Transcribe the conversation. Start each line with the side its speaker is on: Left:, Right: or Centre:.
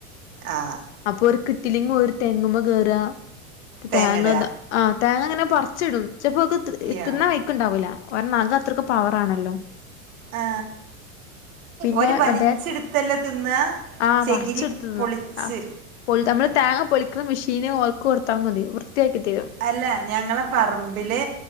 Right: ആ
Left: അപ്പൊ ഒരുക്ക്ട്ട ലിങ് ഒരു തെങ്ങുമ കേയറാ
Right: തേങ്ങ
Left: തേങ്ങന്താ
Right: ഇടുക
Left: ആ തേങ്ങ ഇങ്ങനെ പറിച്ചിടും ചെപ്പോ
Right: യാ
Left: തിന്നാ വഴക്കുണ്ടാവൂല കാര നങ്ക അത്രക്കെ പവറ ആണല്ലോ
Right: ആ.
Left: പിന്നെ
Right: ഒരു വലിച്ചെടുത്തല്ല
Left: മറ്റേ
Right: തിന്നുക
Left: ആഹ
Right: ചകിരി
Left: പറിച്ചടുത് തിന്ന
Right: പൊളിച്ച്
Left: ആ പൊ നമ്മള് തേങ്ങ പൊളിക്കുന്ന മെഷീന് പോൽ കൊടുത്താ മതി വൃത്തിയാക്കി തരും
Right: അല്ല ഞങ്ങളെ പറമ്പില്